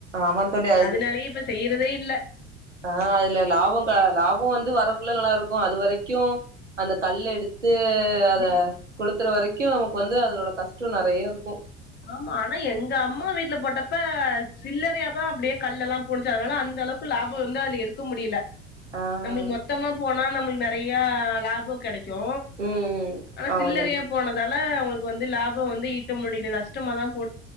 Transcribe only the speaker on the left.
அதனாலயே இப்ப செய்யறதே இல்ல
நம்மளுக்கு
ஆமா ஆனா எங்க அம்மா வீட்ல போட்டப்ப சில்லறையாதா அப்டியே கல் எல்லா போனிச்சி அதனால அந்த அளவுக்கு லாப வந்து அதுல எடுக்க முடியல
நம்மளுக்
மொத்தமா போனா நம்மளுக் நெறைய லாப கிடை க்கு
ஆனா
சில்லறியா
போனதா ல அவுங்களுக்கு வந்து லாபம் வந்து ஈட்ட முடியல நஷ் டமாத